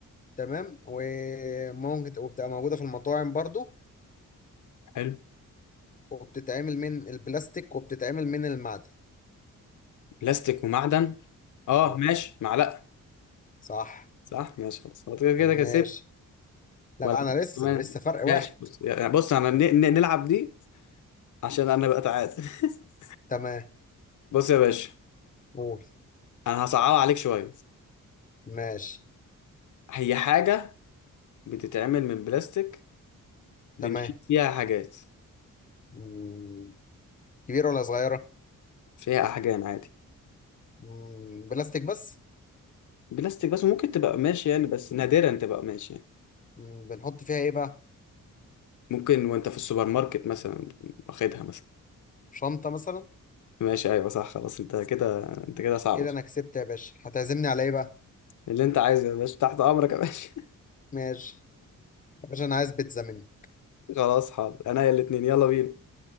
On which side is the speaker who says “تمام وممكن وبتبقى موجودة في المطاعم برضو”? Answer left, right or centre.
Left